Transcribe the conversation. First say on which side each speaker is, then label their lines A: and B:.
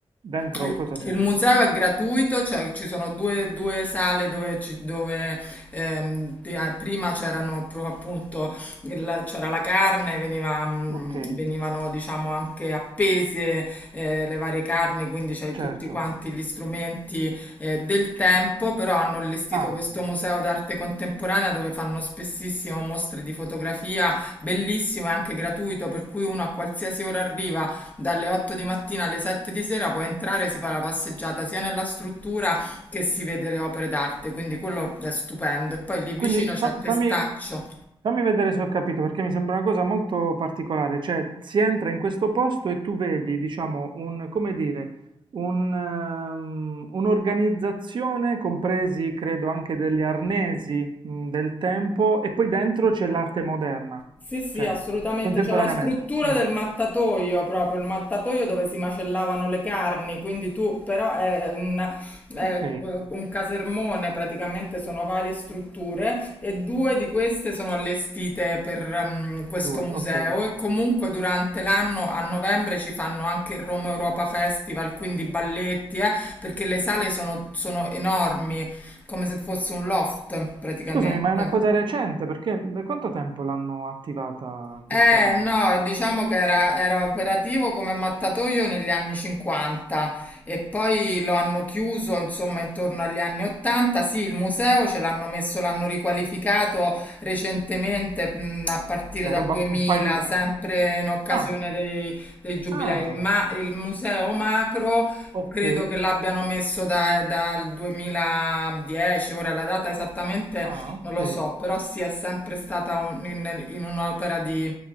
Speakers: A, on the right; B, on the left.
A: Dentro
B: Eh,
A: cosa c'è?
B: Il museo è gratuito, cioè ci sono due, due sale dove, ci- dove, ehm, ti- ah, prima c'erano pro- appunto il- c'era la carne, veniva, mh,
A: Ok,
B: venivano diciamo anche appese eh, le varie carni, quindi c'hai tutti
A: certo.
B: quanti gli strumenti eh, del tempo, però hanno allestito
A: Ah,
B: questo museo d'arte contemporanea dove fanno spessissimo mostre di fotografia, bellissimo e anche gratuito, per cui uno a qualsiasi ora arriva dalle 8 di mattina alle 7 di sera puoi entrare, si fa la passeggiata sia nella struttura che si vede le opere d'arte, quindi quello è stupendo. E poi lì vicino
A: quindi
B: c'è
A: fa-
B: Testaccio.
A: fammi, Fammi vedere se ho capito, perché mi sembra una cosa molto particolare, cioè si entra in questo posto e tu vedi, diciamo, un, come dire, un, ehm, un'organizzazione, compresi credo anche degli arnesi, mh, del tempo, e poi dentro c'è l'arte moderna,
B: Sì, sì,
A: cioè
B: assolutamente.
A: contemporaneamente.
B: C'è la struttura
A: Mm,
B: del mattatoio proprio, il mattatoio dove si macellavano le carni, quindi tu però è un, è
A: Ok,
B: un casermone, praticamente sono varie strutture e due di queste sono allestite per ehm, questo
A: due,
B: museo
A: ok.
B: e comunque durante l'anno a novembre ci fanno anche il Roma Europa Festival, quindi balletti, eh, perché le sale sono sono enormi, come se fosse un loft praticamente.
A: Scusami, ma è una cosa recente, perché da quanto tempo l'hanno attivata questa,
B: Eh, no, diciamo che era, era operativo come mattatoio negli anni 50 e poi lo hanno chiuso, insomma, intorno agli anni 80. Sì, il museo ce l'hanno messo, l'hanno riqualificato recentemente, mh, a partire
A: cioè
B: dal
A: roba,
B: 2000,
A: un paio d'anni?
B: sempre in occasione
A: Ah,
B: dei, dei giubilei,
A: ah,
B: ma il museo Macro
A: ok.
B: credo che l'abbiano messo da- dal 2010, ora la data esattamente
A: Ah, ok,
B: non lo so, però sì, è sempre stata un- in, in un'opera di